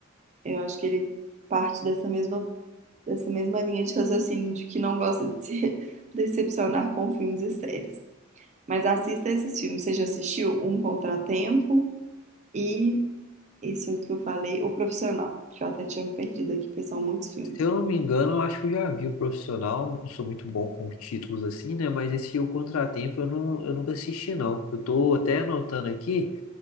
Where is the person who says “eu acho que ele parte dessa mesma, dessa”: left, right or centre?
Right